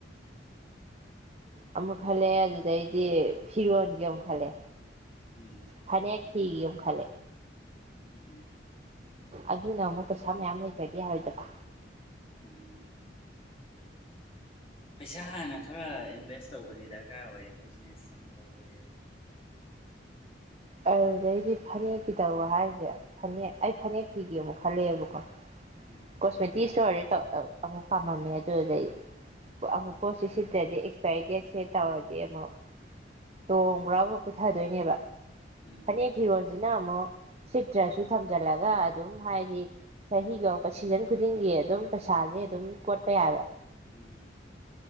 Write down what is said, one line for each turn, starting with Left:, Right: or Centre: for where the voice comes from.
Right: ꯑꯃꯨꯛ ꯈꯜꯂꯦ ꯑꯗꯨꯗꯩꯗꯤ ꯐꯤꯔꯣꯟꯒꯤ ꯑꯃꯨꯛ ꯈꯜꯂꯦ
Left: ꯎꯝ
Right: ꯐꯅꯦꯛ ꯐꯤꯒꯤ ꯑꯃ ꯈꯜꯂꯦ
Left: ꯎꯝ
Right: ꯑꯗꯨꯅ ꯑꯃꯨꯛ ꯄꯩꯁꯥ ꯃꯌꯥꯝ ꯂꯩꯇꯗꯤ ꯌꯥꯔꯣꯏꯗꯕ
Left: ꯎꯝ ꯄꯩꯁꯥ ꯍꯥꯟꯅ ꯈꯔ ꯏꯟꯚꯦꯁ ꯇꯧꯕꯗꯤ ꯗꯔꯀꯥꯔ ꯑꯣꯏ ꯕꯤꯖꯤꯅꯦꯁ ꯑꯃ ꯇꯧꯒꯦꯗꯤ
Right: ꯑꯗꯨꯩꯗꯤ ꯐꯅꯦꯛꯀꯤ ꯇꯧꯔ ꯍꯥꯏꯁꯦ ꯐꯅꯦꯛ ꯑꯩ ꯐꯅꯦꯛ ꯐꯤꯒꯦ ꯑꯃꯨꯛ ꯈꯜꯂꯦꯕꯀꯣ
Left: ꯎꯝ
Right: ꯀꯣꯁꯃꯦꯦꯇꯤꯁ ꯏꯁꯣꯔꯗꯤꯧ ꯑꯃꯨꯛ ꯄꯥꯝꯃꯝꯃꯦ ꯑꯗꯨꯗꯩ ꯑꯃꯨꯛ ꯄꯣꯠꯁꯤ ꯁꯤꯠꯇ꯭ꯔꯗꯤ ꯑꯦꯛꯁꯄꯥꯏꯔꯤ ꯗꯦꯠꯁꯦ ꯇꯧꯔꯗꯤ ꯑꯃꯨꯛ ꯇꯣꯡꯕ꯭ꯔꯥ ꯑꯃꯨꯛ ꯄꯨꯊꯗꯣꯏꯅꯦꯕ
Left: ꯎꯝ
Right: ꯐꯅꯦꯛ ꯐꯤꯔꯣꯜꯁꯤꯅ ꯑꯃꯨꯛ ꯁꯤꯠꯇ꯭ꯔꯁꯨ ꯊꯝꯖꯤꯜꯂꯒ ꯑꯗꯨꯝ ꯍꯥꯏꯗꯤ ꯆꯍꯤꯒ ꯁꯤꯖꯟ ꯈꯨꯗꯤꯡꯒꯤ ꯑꯗꯨꯝ ꯄꯩꯁꯥꯁꯦ ꯑꯗꯨꯝ ꯀꯣꯠꯄ ꯌꯥꯏꯕ
Left: ꯎꯝ